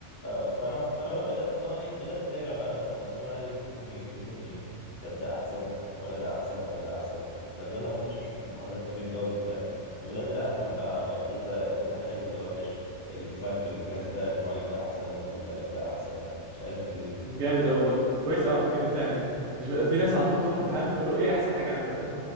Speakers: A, on the left; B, on the right.
A: فانا فانا بقى بدأت ان هو ايه بدأت اتابع بقى مثلا والله طب انا عايز اجيب تليفون هجيب تليفون ايه طب ده احسن ولا ده احسن ولا ده احسن طب يلا ما اخش اشوف مقارنات ما بين ده وبين ده فبدأت لا افهم بقى بشوف ده ده حلو وده وحش اللي مش عارف الجهاز ده المعالج ده احسن واللي مش عارف ده احسن مش عارف
B: جامد قوي والله كويس قوي على فكره ان انت يعني <laughs> مش بقى في ناس على طول بتروح المحل تقول له ايه احسن حاجه عندك فاهم